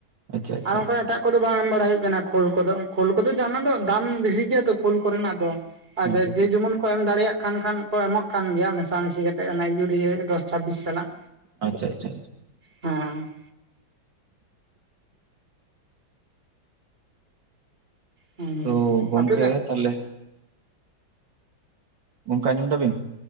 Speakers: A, on the right; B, on the right.
A: ᱟᱪᱪᱷᱟ ᱟᱪᱪᱷᱟ
B: ᱟᱨ ᱚᱱᱠᱟ ᱮᱴᱟᱜᱼᱼ ᱠᱚᱫᱚ ᱵᱟᱝ ᱮᱢ ᱵᱟᱲᱟ ᱦᱩᱭᱩᱜ ᱠᱟᱱᱟ ᱠᱷᱳᱞ ᱠᱚᱫᱚ ᱠᱷᱳᱞ ᱠᱚᱫᱚ ᱚᱱᱟ ᱫᱚ ᱫᱟᱢ ᱵᱮᱥᱤ ᱜᱮᱭᱟ ᱛᱚ ᱠᱷᱳᱞ ᱠᱚᱨᱮᱱᱟᱜ ᱫᱚ ᱟᱻ
A: ᱟᱪᱪᱷᱟ
B: ᱡᱮ ᱡᱮᱢᱚᱱ ᱠᱚ ᱮᱢ ᱫᱟᱲᱮᱭᱟᱜ ᱠᱟᱱ ᱠᱷᱟᱱ ᱮᱢᱚᱜ ᱠᱟᱱ ᱜᱮᱭᱟ ᱢᱮᱥᱟᱢᱤᱥᱤ ᱠᱟᱛᱮᱫ ᱚᱱᱟ ᱤᱭᱩᱨᱤᱭᱟ ᱫᱚᱥ ᱪᱷᱟᱵᱵᱤᱥ ᱥᱟᱞᱟᱜ᱾
A: ᱟᱪᱪᱷᱟ ᱟᱪᱪᱷᱟ‌᱾
B: ᱦᱮᱸ᱾ ᱦᱮᱸ
A: ᱛᱚ ᱜᱚᱢᱠᱮ
B: ᱟᱯᱮ
A: ᱛᱟᱞᱦᱮ ᱜᱚᱝᱠᱮ ᱟᱸᱡᱚᱢ ᱫᱟᱵᱤᱱ?